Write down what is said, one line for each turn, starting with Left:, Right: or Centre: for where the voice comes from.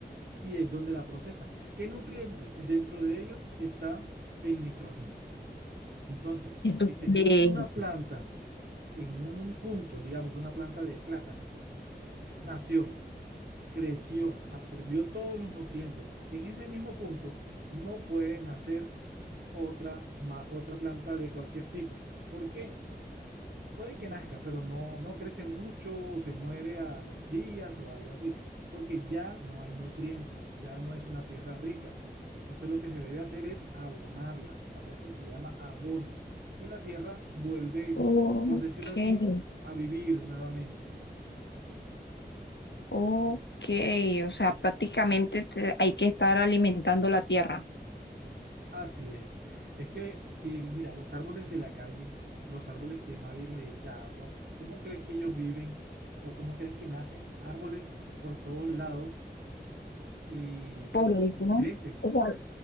Right: y es donde la procesan. ¿Qué nutrientes? Dentro de ellos está el nitrógeno. Entonces,
Left: esto,
Right: si
Left: tú?
Right: tenemos
Left: Eh,
Right: una planta en un punto, digamos, una planta de plátano, nació. creció, absorbió todos los nutrientes. En ese mismo punto no puede nacer otra, ma- otra planta de cualquier tipo. ¿Por qué? Puede que nazca, pero no, no crece mucho o se muere a los días o algo así, porque ya no hay nutrientes, ya no es una tierra rica. Entonces lo que se debe hacer es abonarla. Para eso se llama abono. Y la tierra vuelve,
Left: ok.
Right: por decirlo así, a vivir nuevamente.
Left: Ok, o sea, prácticamente te- hay que estar alimentando la tierra.
Right: Así es. Es que, Bill, mira, los árboles de la calle, los árboles que nadie le echa agua, ¿cómo crees que ellos viven? ¿O cómo crees que nacen árboles por todos lados y,
Left: Por eso,
Right: y crecen?
Left: o sea,